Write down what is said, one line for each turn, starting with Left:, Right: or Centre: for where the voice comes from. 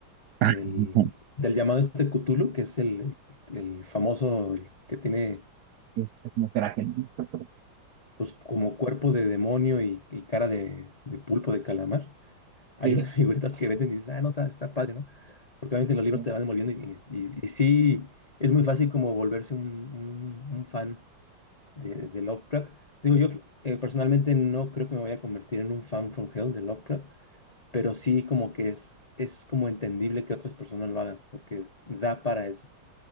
Right: <laughs>
Left: del, del llamado este Cthulhu, que es el, el famoso, el que tiene
Right: Sí, está como crack, ¿no?
Left: pues como cuerpo de demonio y, y cara de, de pulpo de calamar. Hay
Right: Sí,
Left: unas <laughs> figuritas que venden y dices, ah, no, está, está padre, ¿no? Porque obviamente los libros
Right: sí,
Left: te van envolviendo y, y, y sí, es muy fácil como volverse un, un, un fan de, de Lovecraft. Digo, yo eh, personalmente no creo que me vaya a convertir en un fan from hell de Lovecraft, pero sí como que es, es como entendible que otras personas lo hagan, porque da para eso.